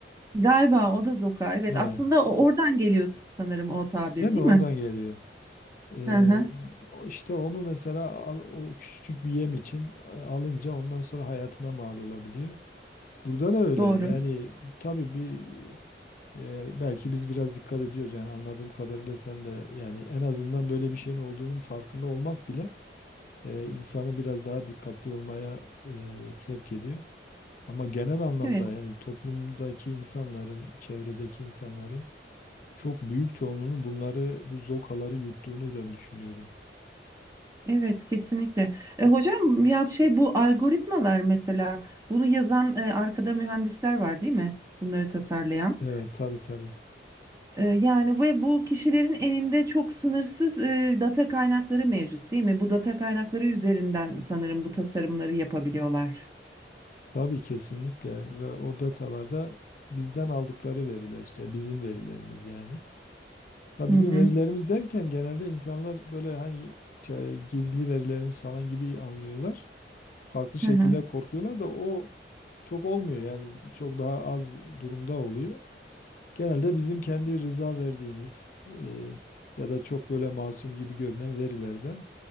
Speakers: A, on the right; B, on the left.
A: galiba o da zoka. Evet,
B: He,
A: aslında o oradan geliyor sanırım o tabir,
B: değil mi?
A: değil
B: Oradan
A: mi?
B: geliyor. Ee,
A: Hı hı.
B: o işte onu mesela al- o küçücük bir yem için a- alınca ondan sonra hayatına mal olabiliyor. Burada da öyle.
A: Doğru.
B: Yani tabii bir Ee, belki biz biraz dikkat ediyoruz yani anladığım kadarıyla sen de yani en azından böyle bir şeyin olduğunun farkında olmak bile e, insanı biraz daha dikkatli olmaya e, sevk ediyor. Ama genel anlamda
A: Evet.
B: yani toplumdaki insanların, çevredeki insanların çok büyük çoğunluğunun bunları, bu zokaları yuttuğunu ben düşünüyorum.
A: Evet, kesinlikle. E, hocam ya şey bu algoritmalar mesela bunu yazan e, arkada mühendisler var değil mi? Bunları tasarlayan.
B: Evet tabii tabii.
A: E, Yani ve bu kişilerin elinde çok sınırsız e, data kaynakları mevcut değil mi? Bu data kaynakları üzerinden sanırım bu tasarımları yapabiliyorlar.
B: Tabii kesinlikle ve o datalarda bizden aldıkları veriler işte bizim verilerimiz yani. Tabii
A: Hı
B: bizim
A: hı.
B: verilerimiz derken genelde insanlar böyle hani şey, gizli verilerimiz falan gibi anlıyorlar. Farklı
A: Hı
B: şekilde
A: hı.
B: korkuyorlar da o çok olmuyor yani çok daha az durumda oluyor. Genelde bizim kendi rıza verdiğimiz e, ya da çok böyle masum gibi görünen verilerden